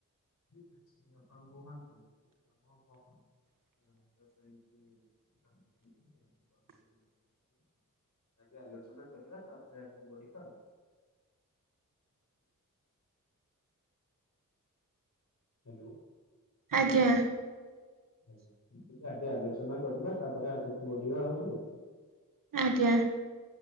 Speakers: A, on the left; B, on the right.
A: ଠିକ୍ ଅଛି ଆପଣ କୁହନ୍ତୁ କୋଉ କାମ କଣ
B: <unintelligible>
A: ଭାବିଛନ୍ତି କେମିତି କରିବେ ବୋଲି ଭାବିଛନ୍ତି ଆଗେ ଆଲୋଚନା କରିବା ତାପରେ ଆଗକୁ ବଢିବା ଆଉ। ହାଲୋ।
B: ଆଜ୍ଞା।
A: ଆଜ୍ଞା ମୁଁ କଇଲି ଆଗେ ଆଲୋଚନା କରିବା ତାପରେ ଆଗକୁ ବଢିବା ଆଉରି ଆଉ।
B: ଆଜ୍ଞା।